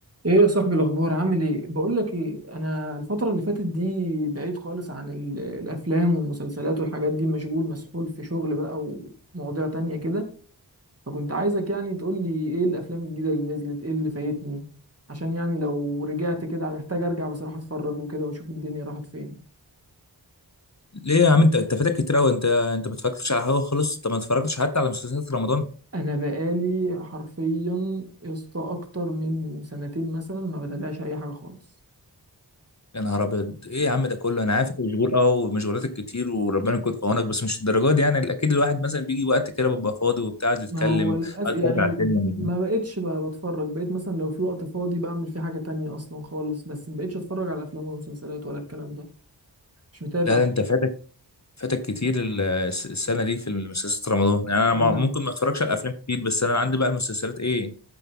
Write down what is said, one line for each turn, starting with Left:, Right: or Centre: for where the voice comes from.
Right: ايه يا صاحبي الاخبار عامل ايه بقول لك ايه انا الفتره اللي فاتت دي بعيد خالص عن ال- الافلام والمسلسلات والحاجات دي مشغول مسحول في شغل بقى ومواضيع تانية كده فكنت عايزك يعني تقول لي ايه الافلام الجديده اللي نزلت ايه اللي فايتني عشان يعني لو رجعت كده محتاج ارجع بصراحه اتفرج وكده واشوف الدنيا راحت فين
Left: ليه يا عم انت انت فاتك كتير قوي انت انت ما اتفرجتش على حاجه خالص انت ما اتفرجتش حتى على مسلسلات رمضان
Right: انا بقالي حرفيا يا اسطى اكتر من سنتين مثلا ما بتابعش اي حاجه خالص
Left: يا نهار ابيض ايه يا عم ده كله انا عارف انت مشغول اه ومشغولاتك كتير وربنا يكون في عونك بس مش الدرجات دي يعني اكيد الواحد مثلا بيجي وقت كده ببقى فاضي وبتاع عايز يتكلم
Right: ما هو للأسف
Left: عايز
Right: يعني
Left: يتفرج على فيلم ولا
Right: ما
Left: حاجة.
Right: بقتش بقى بتفرج بقيت مثلا لو في وقت فاضي بعمل فيه حاجة تانية أصلا خالص بس ما بقتش أتفرج على أفلام ولا مسلسلات ولا الكلام ده مش متابع
Left: لا
Right: خالص.
Left: لا انت فاتك فاتك كتير ال- الس- السنه دي في المسلسلات رمضان يعني انا
Right: طب
Left: ما-
Right: ما
Left: ممكن ما اتفرجش على الافلام كتير بس انا عندي بقى المسلسلات ايه